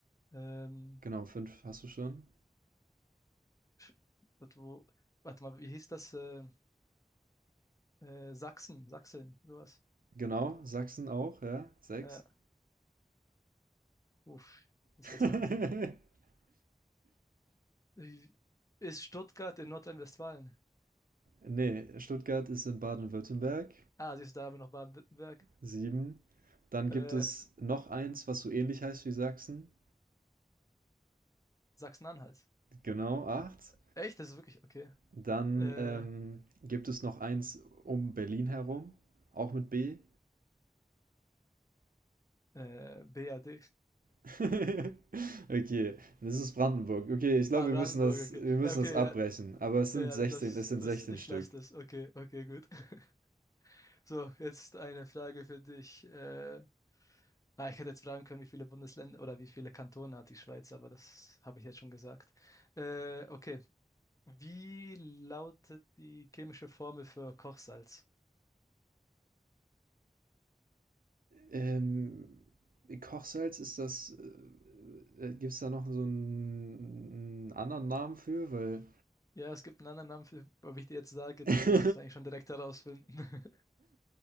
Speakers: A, on the left; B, on the right.
A: ähm,
B: Genau, fünf hast du schon.
A: Sch- warte, wo, warte mal, wie hieß das? Äh, Äh, Sachsen, Sachsen, sowas.
B: Genau, Sachsen auch, ja, sechs.
A: Ja, uff, das
B: <laughs>
A: wird's mal ein bisschen. Wie- Ist Stuttgart in Nordrhein-Westfalen?
B: Nee, Stuttgart ist in Baden-Württemberg.
A: Ah, siehst du, da haben wir noch Baden-Württemberg.
B: Sieben, Dann
A: Äh,
B: gibt es noch eins, was so ähnlich heißt wie Sachsen.
A: Sachsen-Anhalt.
B: Genau, 8.
A: Echt? Das ist wirklich, okay.
B: Dann
A: Äh,
B: ähm, gibt es noch eins um Berlin herum, auch mit B.
A: äh, B R D.
B: <laughs> Okay, das ist Brandenburg. Okay, ich glaube,
A: Ah,
B: wir
A: Brandenburg,
B: müssen das,
A: okay.
B: wir müssen
A: Ja, okay,
B: das abbrechen.
A: ja,
B: Aber es sind
A: ja,
B: 16,
A: das,
B: es sind
A: das,
B: 16
A: ich
B: Stück.
A: lasse das. Okay, okay, gut. <laughs> So, jetzt eine Frage für dich. Äh, ah, ich hätte jetzt fragen können, wie viele Bundesländer oder wie viele Kantone hat die Schweiz, aber das habe ich jetzt schon gesagt. Äh, okay. Wie lautet die chemische Formel für Kochsalz?
B: Ähm, Kochsalz ist das, äh, gibt es da noch so einen, einen anderen Namen für? Weil
A: Ja, es gibt einen anderen Namen für, ob ich dir jetzt sage,
B: <laughs>
A: dann würdest du es eigentlich schon direkt herausfinden. <laughs>